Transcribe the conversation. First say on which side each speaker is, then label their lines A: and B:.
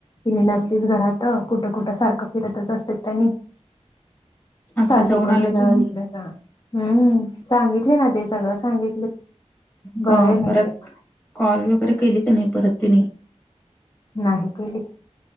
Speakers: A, on the left (about 35°); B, on the left (about 15°).
A: तिली नसतीच घरात कुठं कुठं सारखं फिरतच असत्यात त्यांनी
B: आता
A: सासूकडं
B: जाऊन आलो
A: जा
B: तुम्ही
A: इकड जा हम्म सांगितले ना ते सगळं सांगितले बरे
B: क
A: म्हणतात
B: परत कॉल वगैरे केली क नाही परत तिने
A: नाही केली